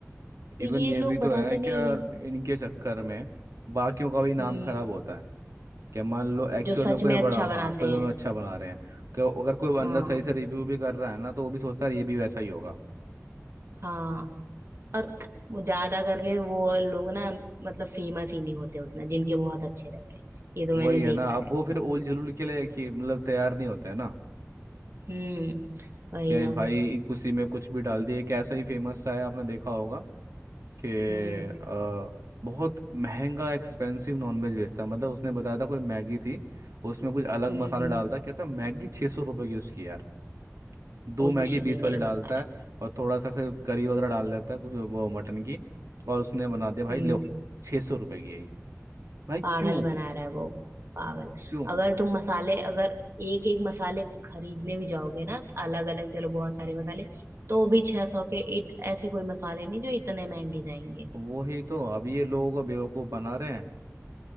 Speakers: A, on the right; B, on the right.
A: तो
B: Even
A: ये
B: ये
A: लोग
B: भी तो
A: बताते
B: है क्या
A: नहीं है
B: इनके चक्कर में बाकियों का भी नाम
A: हम्म
B: खराब होता है क्या मान लो एक्चुअल
A: जो सच
B: में कोई
A: में
B: बड़ा
A: अच्छा बनाते
B: हाँ सच
A: हैं
B: में अच्छा बना रहे हैं कि अगर कोई बंदा
A: हाँ
B: सही से रिव्यू भी कर रहा है ना तो वो भी सोचता है ये भी वैसा ही होगा
A: हाँ और वो ज्यादा करके वो लोग ना मतलब फेमस ही नहीं होते उतना जिनके बहुत अच्छे रहते हैं ये तो
B: वही
A: मैंने
B: है
A: देखा
B: ना अब
A: है
B: वो फिर ओल जुलूल के लिए कि मतलब तैयार नहीं होते है ना
A: हम्म वही
B: कि
A: ना
B: भाई उसी में कुछ भी डाल दिए एक ऐसा ही फेमस सा है आपने देखा होगा कि
A: हम्म
B: अ, बहुत महंगा एक्सपेंसिव नॉनवेज बेचता है। मतलब उसने बताया था कोई मैगी थी उसमें कुछ अलग
A: हम्म
B: मसाला
A: हम्म,
B: डालता कहता मैगी छः सौ रुपये की उसकी यार दो
A: कुछ
B: मैगी बीस
A: भी नहीं
B: वाली डालता
A: मसाला
B: है और थोड़ा सा से करी वगैरह डाल देता है कुछ वो मटन की और उसने बना दिया भाई
A: हम्म
B: लो छः सौ रुपये की यही भाई
A: पागल
B: क्यों
A: बना रहा है वो पागल
B: क्यों
A: अगर तुम मसाले अगर एक एक मसाले खरीदने भी जाओगे ना अलग अलग चलो बहुत सारे मसाले तो भी छह सौ के इत, ऐसे कोई मसाले नहीं जो इतने महंगे जाएंगे
B: वही तो अब ये लोगों को बेवकूफ़ बना रहे हैं